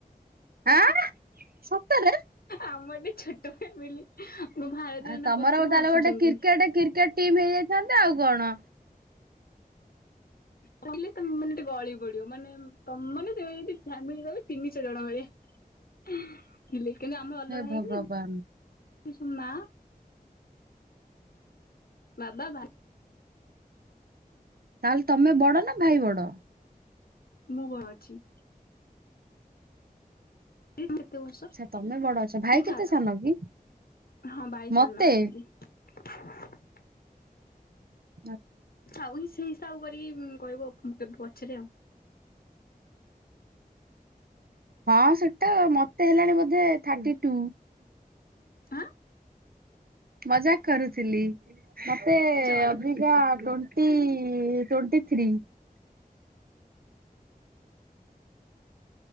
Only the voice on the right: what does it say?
ଆଁ ସତରେ।
ଆ
ତମର
ତାହେଲେ
ଗୋଟେ କ୍ରିକେଟ କ୍ରିକେଟ ଟିମ୍ ହେଇଯାଇଥାନ୍ତ ଆଉ କଣ।
ହେ
ଭଗବାନ
ତାହେଲେ ତମେ ବଡ ନା ଭାଇ ବଡ?
ଆଚ୍ଛା ତମେ ବଡ ଅଛ ଭାଇ
କେତେ ସାନ କି
ମତେ
ନା।
ହଁ ସେଟା ମତେ ହେଲାଣି ବୋଧେ ଥାର୍ଟି ଟୁ।
ମଜାକ୍ କରୁଥିଲି। ମତେ
ଅବିକା ଟୋଣ୍ଟି। Twenty three.